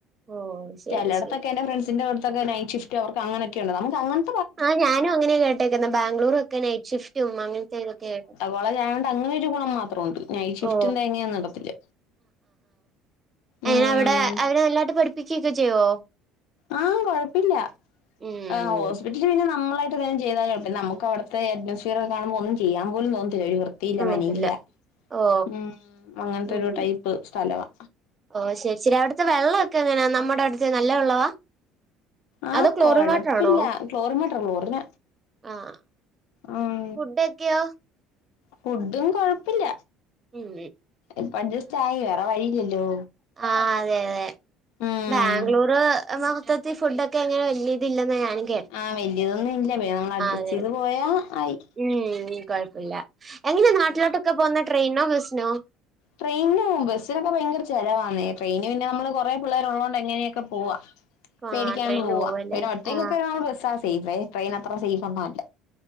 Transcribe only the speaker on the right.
ഓ ശരി
ശരി
ആഹ ഞാനും അങ്ങനെ കേട്ടേക്കന്ന ബാംഗ്ളുറും ഒക്കെ നൈറ്റ്ഷിഫ്റ്റും അങ്ങനത്തെ ഇതൊക്കെ
ഓ
ഏ അവിടെ അവര് നല്ലായിട്ട് പഠിപ്പിക്കൊക്കെ ചെയ്യോ
ഉം
അറിയത്തില്ല
ഓ
ഉം
ഓ ശെരി ശെരി അവിട്ത്തെ വെള്ളൊക്കെങ്ങനാ നമ്മടെ അവ്ട്ത്തെ നല്ല വെള്ളവാ
അതോ ക്ലോറിൻ
വാട്ടറാണോ?
ആഹ്
ഫുഡൊക്കെയോ?
ഉം
ആഹ് അതെ അതെ
ബാംഗ്ലൂർ മൊത്തത്തി ഫുഡൊക്കെ ഇങ്ങനെ വല്യ ഇതില്ലെന്നാ ഞാനും കേ
അതെ
ഉം കൊഴപ്പല്ല എങ്ങനെയാ നാട്ടിലോട്ടൊക്കെ പോന്നെ ട്രെയിനോ ബസിനോ
ആ
ട്രെയിന്
പോവല്ലേ
ആ